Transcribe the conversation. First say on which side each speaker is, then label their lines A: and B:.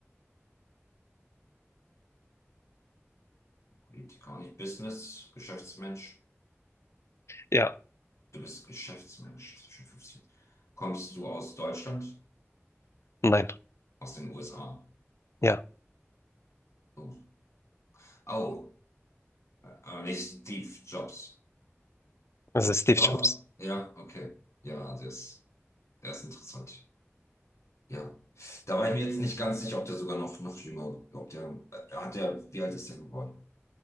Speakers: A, on the left (about 85°); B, on the left (about 70°).
A: Politiker, auch nicht Business, Geschäftsmensch.
B: Ja,
A: Du bist Geschäftsmensch, zwischen 15. Kommst du aus Deutschland?
B: nein.
A: Aus den USA?
B: Ja,
A: Oh, oh, äh, aber nicht Steve Jobs.
B: also Steve
A: Doch,
B: Jobs.
A: ja, okay. Ja, der ist, der ist interessant. Ja. Da war ich mir jetzt nicht ganz sicher, ob der sogar noch, noch jünger, ob der, äh, hat der, wie alt ist der geworden?